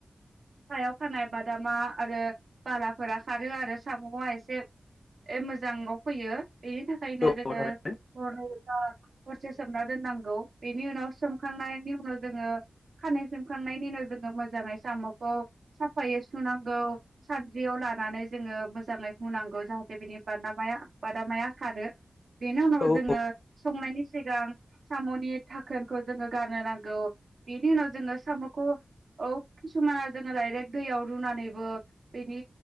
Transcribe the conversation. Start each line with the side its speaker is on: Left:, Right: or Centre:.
Right: सायाव खानाय बादामा आरो बालाफोरा खारो आरो सामुआ एसे मोजाङाव फैयो बेनि थाखायनो
Left: औ
Right: जोङो
Left: औ थारैनो
Right: हर हरसे सोमना दोननांगौ बेनि उनाव सोमखांनायनि उनाव जोङो खानै सोमखां थांनायनि उनाव जोङो मोजाङै साम'खौ साफायै सुनांगौ सानद्रियाव लानानै जोङो मोजाङै हुनांगौ जाहाथे बिनि बादामाया बादामाया खारो बेनि उनाव
Left: औ
Right: जोङो संनायनि सिगां साम'नि थाखोनखौ जोङो गारनो नांगौ बेनि उनाव जोङो साम'खौ औ किसुमाना जोङो डाइरेक्ट दैयाव रुनानैबो बेनि